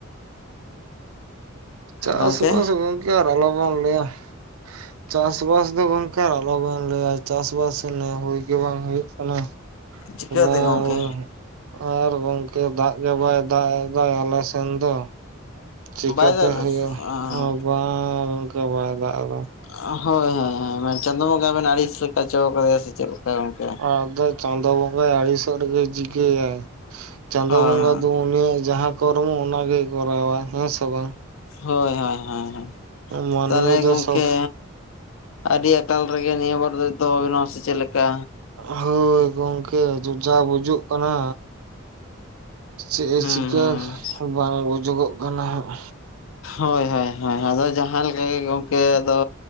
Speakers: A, on the right; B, on the left.
A: ᱪᱟᱥᱵᱟᱥ
B: ᱜᱚᱝᱠᱮ
A: ᱜᱚᱝᱠᱮ ᱟᱨ ᱟᱞᱚ ᱵᱮᱱ ᱞᱮᱭᱟ᱾ ᱪᱟᱥᱵᱟᱥ ᱫᱚ ᱜᱚᱝᱠᱮ ᱟᱨ ᱟᱞᱚᱵᱮᱱ ᱞᱮᱭᱟ ᱪᱟᱥᱵᱟᱥ ᱱᱮ ᱦᱩᱭ ᱜᱮ ᱵᱟᱝ ᱦᱩᱭᱩᱜ ᱠᱟᱱᱟ᱾
B: ᱪᱤᱠᱟᱹ
A: ᱮᱵᱚᱝ
B: ᱛᱮ ᱜᱚᱝᱠᱮ?
A: ᱟᱨ ᱜᱚᱝᱠᱮ ᱫᱟᱜ ᱜᱮ ᱵᱟᱭ ᱫᱟᱜ ᱮᱫᱟᱭ ᱫᱚ ᱟᱞᱮ ᱥᱮᱱ ᱫᱚ᱾ ᱪᱮᱠᱟᱹᱛᱮ
B: ᱵᱟᱭ ᱫᱟᱜ ᱫᱟ
A: ᱦᱩᱭᱩᱜᱼᱟ,
B: ᱥᱮ? ᱚ
A: ᱮᱸ ᱵᱟᱝ ᱚᱱᱠᱟ ᱵᱟᱭ ᱫᱟᱜ ᱫᱟ᱾
B: ᱦᱳᱭ ᱦᱳᱭ ᱦᱳᱭ ᱢᱮᱱ ᱪᱟᱸᱫᱚ ᱵᱚᱸᱜᱟ ᱵᱮᱱ ᱟᱹᱲᱤᱥ ᱞᱮᱠᱟ ᱪᱚ ᱠᱟᱫᱮᱭᱟ ᱥᱮ ᱪᱮᱫ ᱞᱮᱠᱟ ᱜᱚᱝᱠᱮ?
A: ᱟᱫᱚ ᱪᱟᱸᱫᱚ ᱵᱚᱸᱜᱟᱭ ᱟᱲᱤᱥᱚᱜ ᱨᱮᱜᱮ ᱪᱤᱠᱟᱹᱭᱟᱭ? ᱪᱟᱸᱫᱚ
B: ᱦᱳᱭ
A: ᱵᱚᱸᱜᱟ ᱫᱚ ᱩᱱᱤᱭᱟᱜ ᱡᱟᱦᱟᱸ ᱠᱚᱨᱢᱚ ᱚᱱᱟᱜᱮᱭ ᱠᱚᱨᱟᱣᱟ, ᱦᱮᱸ ᱥᱮ ᱵᱟᱝ?
B: ᱦᱳᱭ ᱦᱳᱭ ᱦᱳᱭ ᱦᱳᱭ
A: ᱢᱟᱹᱱᱢᱤ
B: ᱛᱟᱦᱞᱮ
A: ᱫᱚ
B: ᱜᱚᱝᱠᱮ
A: ᱥᱚᱵ
B: ᱟᱹᱰᱤ ᱟᱠᱟᱞ ᱨᱮᱜᱮ ᱱᱤᱭᱟᱹ ᱵᱟᱨ ᱫᱚᱭ <unintelligible> ᱥᱮ ᱪᱮᱫ ᱞᱮᱠᱟ?
A: ᱦᱳᱭ ᱜᱚᱝᱠᱮ ᱡᱚᱡᱟ ᱵᱩᱡᱩᱜ ᱠᱟᱱᱟ᱾ ᱪᱮᱫ-ᱮ
B: ᱦᱩᱸ
A: ᱪᱤᱠᱟᱹ
B: ᱦᱩᱸ
A: ᱵᱟᱝ ᱵᱩᱡᱚᱜᱚᱜ ᱠᱟᱱᱟ ᱦᱟᱸᱜ᱾
B: ᱦᱳᱭ ᱦᱳᱭ ᱦᱳᱭ ᱟᱫᱚ ᱡᱟᱦᱟᱸ ᱞᱮᱠᱟ ᱜᱮ ᱜᱚᱝᱠᱮ ᱟᱫᱚ